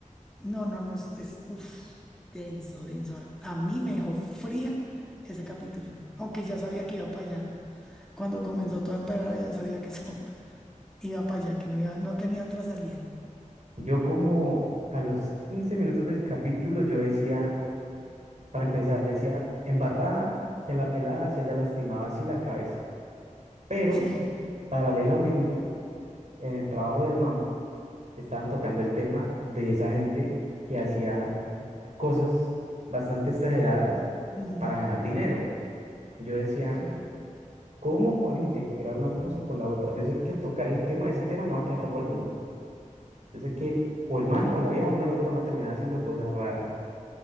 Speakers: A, in the centre; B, on the right.
A: No, no, no, es, es, uf, denso, denso. A, a mí me dejó fría ese capítulo, aunque ya sabía que iba para allá. Cuando comenzó todo a empeorar, ya sabía que eso <laughs> iba para allá, que no iba, no tenía otra salida.
B: Yo como a los 15 minutos del capítulo, yo decía, para empezar, yo decía, embarrada, que a la pelada se haya lastimado así la cabeza. Pero,
A: Sí,
B: paralelamente, en el trabajo del mam, estaban tocando el tema de esa gente que hacía cosas bastante exageradas
A: ujú,
B: para ganar dinero. Yo decía,
A: sí,
B: ¿cómo van a integrar una cosa con la otra? Yo sé que al tocar ese tema, ese tema no va a quedar volando. Yo sé que o el man o la vieja, uno de los dos van a terminar haciendo cosas raras.